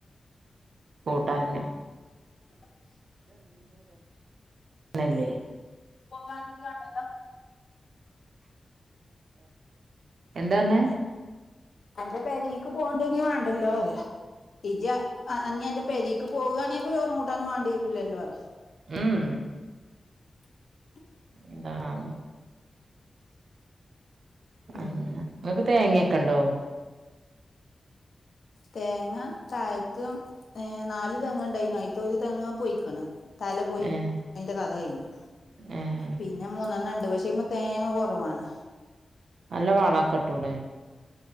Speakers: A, on the right; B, on the left.
A: കൂട്ടന്.
B: <unintelligible>
A: ഇതന്നല്ലേ
B: പോകണ കാണ്ടല്ല.
A: എന്താന്ന്
B: എന്റെ പേരീക്ക് പോണ്ടി വേണ്ടല്ലോ അരാ ഇജ് ആ അന്റെ പെരേക്ക് പോവുകയാണിയപ്പോ ചോറും കൂട്ടാനും വേണ്ടി വരൂലല്ലോ വേറെ
A: ഉം
B: <inaudible>
A: എന്താണാവോ. അ
B: ഉം
A: നിങ്ങക്ക് തേങ്ങൊക്കെണ്ടോ.
B: തേങ്ങ താഴത്തും ഏ നാല് തെങ് ഉണ്ടായിന ആയിത്ത ഒരു തെങ് പൊയിക്കണ്. തല പോയി
A: ഏഹ്
B: അതിന്റെ കഥ കഴിഞ്ഞു.
A: ഏഹ്
B: പിന്നെ മൂന്നെണ്ണം ണ്ട് പക്ഷേഅയിമ്മേ തേങ്ങ കുറവാണ്.
A: നല്ല വളക്കെട്ടൂടെ.